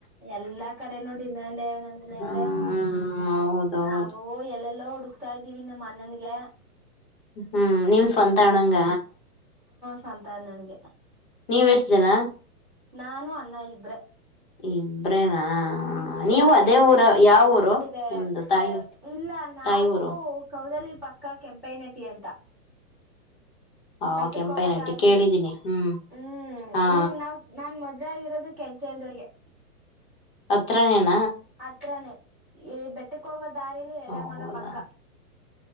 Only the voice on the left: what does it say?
ಹ್ಮ್
ಹೌದೌದು
ಹ್ಮ್ ನೀವ್ ಸ್ವಂತ ಅಣಂಗ
ನೀವ್ ಎಷ್ಟ್ ಜನ
ಇಬ್ರೇನಾ....
ನೀವು
ಅದೇ ಊರು ಯಾವ
ನಿಮ್ದು ತಾಯಿ
ತಾಯಿ ಊರು
ಹ
ಕೆಂಪೈನಟ್ಟಿ
ಕೇಳಿದ್ದೀನಿ ಹ್ಮ್
ಹಾ
ಅತ್ರ... ನು
ಹೌದಾ